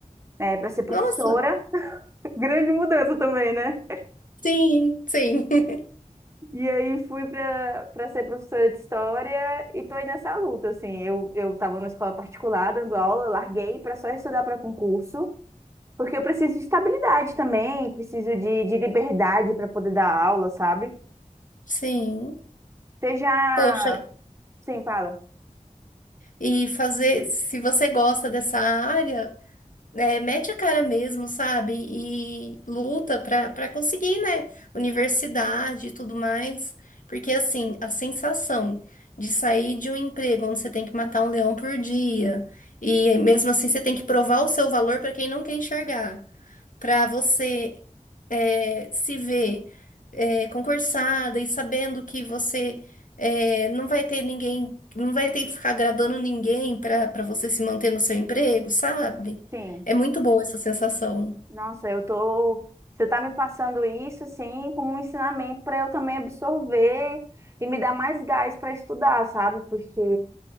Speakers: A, on the right; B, on the left.
A: né, para ser professora.
B: Nossa,
A: <laughs> Grande mudança também, né?
B: sim, sim, <laughs>
A: E aí fui para para ser professora de história e tô aí nessa luta, assim. Eu eu estava na escola particular dando aula, larguei para só estudar para concurso. Porque eu preciso de estabilidade também, preciso de, de liberdade para poder dar aula, sabe?
B: sim.
A: Você já
B: Poxa,
A: Sim, fala.
B: e fazer, se você gosta dessa área, é, mete a cara mesmo, sabe? E luta pra, pra conseguir, né? Universidade e tudo mais. Porque, assim, a sensação de sair de um emprego onde você tem que matar um leão por dia, e mesmo assim você tem que provar o seu valor pra quem não quer enxergar para você é, se ver é, concursada e sabendo que você é, não vai ter ninguém, não vai ter que ficar agradando ninguém para para você se manter no seu emprego, sabe?
A: Sim.
B: É muito boa essa sensação.
A: Nossa, eu tô. Você tá me passando isso, assim, como um ensinamento para eu também absorver e me dar mais gás para estudar, sabe? Porque